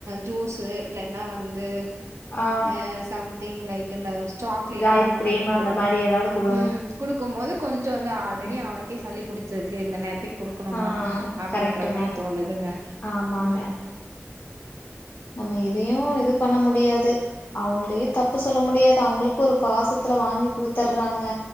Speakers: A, on the right; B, on the left.
A: ஜூஸு இல்லைன்னா வந்து
B: ஆ
A: அஹ் சம்திங் லைக் <unintelligible> சாக்லேட்
B: இந்த ஐஸ்கிரீம்
A: அந்த மாரிலாம் குடுக்கும்
B: அந்த மாரி ஏதாவது குடு
A: ம் குடுக்கும் போது கொஞ்சம் வந்து ஆல்ரெடி
B: ம்
A: அவனுக்கே சளி பிடிச்ச ருக்கு இந்த நேரத்திக் குடுக்கணுமா?
B: ஆ
A: அப்படின்ற
B: கரெக்ட்டுங்க.
A: மாரி தோணுதுங்க
B: ஆமாங்க
A: ம்
B: நம்ம எதையும் இது பண்ண முடியாது அவங்களையே தப்பு சொல்ல முடியாது அவங்களுக்கு ஒரு பாசத்துல வாங்கி குடுத்தர்றாங் க